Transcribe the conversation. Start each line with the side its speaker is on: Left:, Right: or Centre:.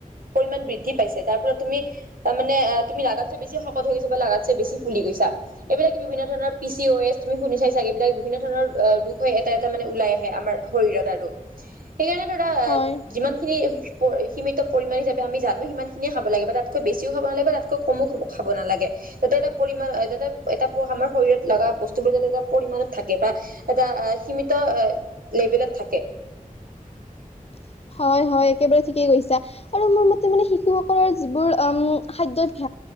Right: পৰিমাণ বৃদ্ধি পাইছে তাৰ ফলত তুমি মানে তুমি গাতছে বেছি শকত হৈ গৈছ বলা বেছি। ফুলি গৈছা এইবিলাক বিভিন্ন ধৰণৰ পি চি অও এছ তুমি শুনি চাই চাগে এইবিলাক বিভিন্ন ধৰণৰ ৰখ হয় এটা এটা। মানে ওলাই আহে আমাৰ শৰীৰতো সেইকাৰণে ধৰা
Left: হয়
Right: যিমান খিনি প। পৰিাণ হিচাপে আমি জানো সিমান খিনিয়ে খাব লাগে বা তাতকৈ বেছিও খাব নাগে বা তাতকৈ কমো খাব নালাগে তাতে এটা। পৰিম যাতে এটা আমাৰ শৰীৰত লগা বস্তুবোৰ যাতে এটা পৰিমণত থাকে বা এটা সীমিত। লেভেলত থাকে।
Left: <inaudible> হয় হয় একেবাৰে ঠিকেই কৈছা আৰু মোৰ মতে মানে শিশুসকলৰ যিবোৰ খাদ্যত ভ।